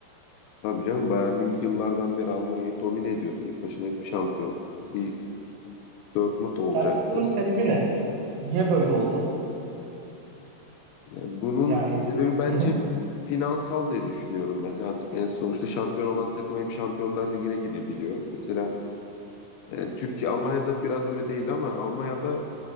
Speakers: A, on the left; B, on the right.
A: Tabii canım Bayern Münih yıllardan beri Almanya'yı domine ediyor. Tek başına hep şampiyon. Bir Dortmund olacaktı.
B: Sence bunun sebebi ne? Niye böyle oldu?
A: Yani bunun
B: Yani
A: sebebi bence
B: hı hı.
A: finansal diye düşünüyorum ben. Artık yani sonuçta şampiyon olan takım hem Şampiyonlar Ligi'ne gidebiliyor. Mesela e, Türkiye Almanya'da biraz öyle değil ama Almanya'da